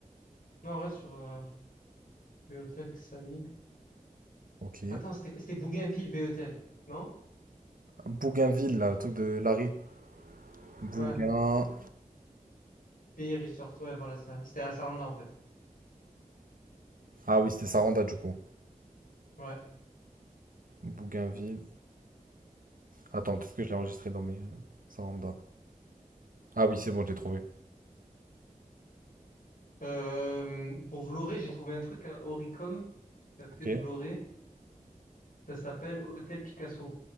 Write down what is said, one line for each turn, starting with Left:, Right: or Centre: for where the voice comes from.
Left: Non, reste sur, euh, B Hôtel, Axamil.
Right: Ok.
Left: Attends, c'était, c'était Bougainville, B Hôtel. Non?
Right: Bougainville, là, le truc de Larry. Bougain.
Left: Ouais. B Resort, ouais, voilà ça. C'était à Saranda, en fait.
Right: Ah oui, c'était Saranda, du coup.
Left: Ouais.
Right: Bougainville. Attends, peut-être que je l'ai enregistré dans mes. euh, Saranda. Ah oui, c'est bon, je l'ai trouvé.
Left: Euh, pour Vloré, j'ai trouvé un truc à Oricom, c'est à côté
Right: Ok.
Left: de Vloré. Ça s'appelle Hôtel Picasso.